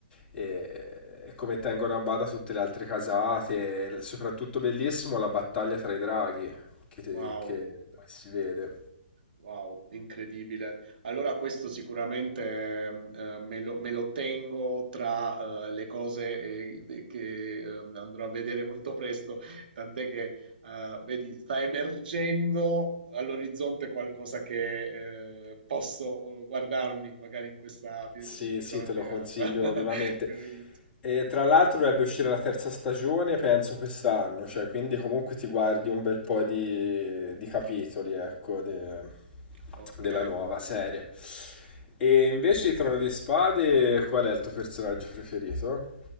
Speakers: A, on the left; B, on the right.
A: e, e come tengono a bada tutte le altre casate, l- soprattutto bellissimo la battaglia tra i draghi, che,
B: Wow.
A: che- dove si vede.
B: Wow, incredibile. Allora questo sicuramente ehm, eh, me lo, me lo tengo tra eh, le cose eh, de- che ehm, andrò a vedere molto presto, tant'è che eh, vedi, sta emergendo all'orizzonte qualcosa che eh, posso eh, guardarmi magari in questa, in
A: Sì,
B: questa
A: sì,
B: mattinata.
A: te lo consiglio
B: <laughs> Me
A: vivamente.
B: lo inizio.
A: E tra l'altro dovrebbe uscire la terza stagione, penso quest'anno, cioè, quindi comunque ti guardi un bel po' di, di capitoli, ecco,
B: Mm,
A: de-
B: Ok.
A: della nuova serie. E invece di Trono di Spade, qual è il tuo personaggio preferito?